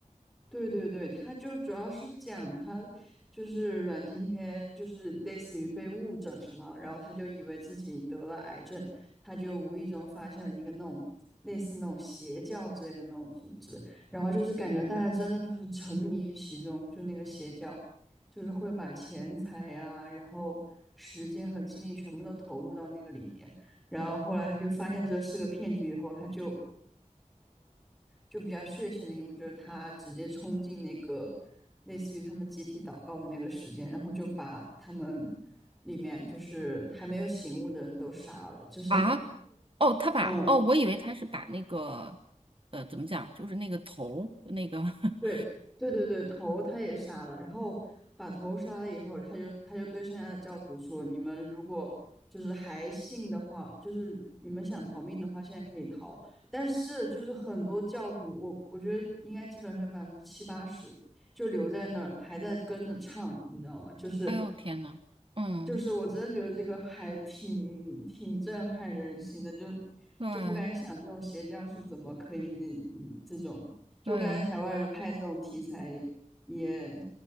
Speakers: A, in the centre; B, on the right.
A: 对对对，他就主要是讲他就是阮经天，就是类似于被误诊了嘛，然后他就以为自己得了癌症，他就无意中发现了一个那种类似那种邪教之类的那种组织，然后就是感觉大家真的就是沉迷于其中，就那个邪教，就是会把钱财呀、然后时间和精力全部都投入到那个里面，然后后来他就发现这是个骗局以后，他就就比较血腥的一幕，就是他直接冲进那个类似于他们集体祷告的那个时间，然后就把他们里面就是还没有醒悟的人都杀了，就是
B: 啊，哦，他把哦，
A: 嗯，
B: 我以为他是把那个呃怎么讲，就是那个头儿那个，<laughs>
A: 对对对对，头他也杀了，然后把头杀了以后，他就他就对剩下的教徒说：“你们如果就是还信的话，就是你们想逃命的话，现在可以逃。但是就是很多教徒，我我觉得应该基本上有百分之七八十就留在那儿，还在跟着唱，你知道吗？就是
B: 哎呦天呐，嗯，
A: 就是我真的觉得这个还挺挺震撼人心的，就
B: 对
A: 就不敢想这种邪教是怎么可以那嗯这种，就我感觉台湾人拍这种题材
B: 对。
A: 也